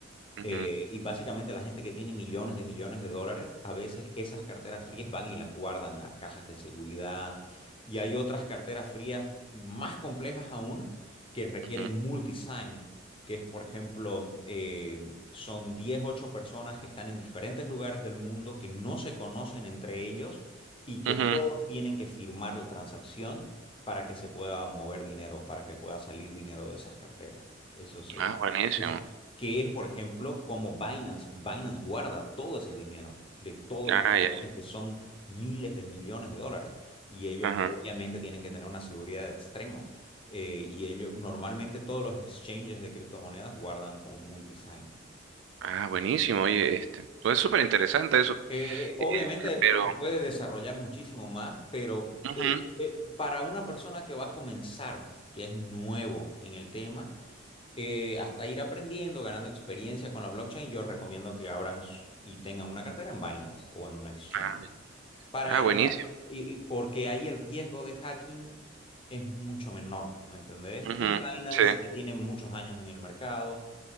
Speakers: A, on the right; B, on the left.
A: ujú,
B: Eh, y básicamente la gente que tiene millones de millones de dólares, a veces esas carteras frías van y las guardan a cajas de seguridad. Y hay otras carteras frías más complejas aún que requieren
A: ujú,
B: multisign, que es, por ejemplo, eh, son 10 8 personas que están en diferentes lugares del mundo, que no se conocen entre ellos y que
A: ujú.
B: todos tienen que firmar la transacción para que se pueda mover dinero, para que pueda salir dinero de esas carteras. Eso se...
A: Ah, buenísimo.
B: Eso que es, por ejemplo, como Binance, Binance guarda todo ese dinero de todos
A: Ah,
B: los usuarios
A: ya, ya.
B: que son miles de millones de dólares y ellos
A: Ajá.
B: obviamente tienen que tener una seguridad extrema. Eh, y ellos, normalmente todos los exchanges de criptomonedas guardan con multisign.
A: Ah, buenísimo, oye, este. Pues es súper interesante eso.
B: Eh,
A: Eh,
B: obviamente
A: pero,
B: se puede desarrollar muchísimo más, pero
A: ujú.
B: te- eh, para una persona que va a comenzar, que es nuevo en el tema, eh, hasta ir aprendiendo, ganando experiencia con la blockchain, yo recomiendo que abran s- y tengan una cartera en Binance o en un exchange.
A: Ah,
B: Para
A: ah,
B: ir
A: buenísimo.
B: a- y- y porque ahí el riesgo de hacking es mucho menor, ¿me entendés?
A: Ujú,
B: Y Binance
A: Sí.
B: ya tiene muchos años en el mercado,